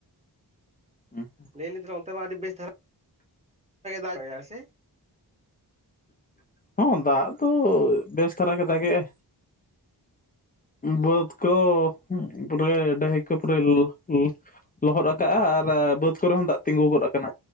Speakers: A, on the left (about 20°); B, on the right (about 15°).
A: <unintelligible>
B: ᱞᱟᱹᱭ ᱞᱤᱧ ᱚᱱᱛᱮ ᱢᱟ ᱟᱹᱰᱤ ᱵᱮᱥ ᱫᱷᱟᱨᱟ ᱫᱟᱜ ᱫᱟᱭ ᱥᱮ?
A: ᱦᱚᱸ ᱫᱟᱜ ᱫᱚ ᱵᱮᱥ ᱫᱷᱟᱨᱟ ᱜᱮᱭ ᱫᱟᱜᱮ ᱟᱭ᱾ ᱵᱟᱹᱫ ᱠᱚ ᱯᱩᱨᱟᱹ ᱰᱟᱹᱦᱤᱠᱚ ᱯᱩᱨᱟᱹ ᱠᱩᱜ ᱞᱩᱜ- ᱞᱚᱦᱚᱫ ᱟᱠᱟᱜᱼᱟ ᱟᱨ ᱵᱟᱹᱫᱽ ᱠᱚᱨᱮ ᱦᱚᱸ ᱫᱟᱜ ᱛᱤᱸᱜᱩ ᱜᱚᱫ ᱟᱠᱟᱱᱟ᱾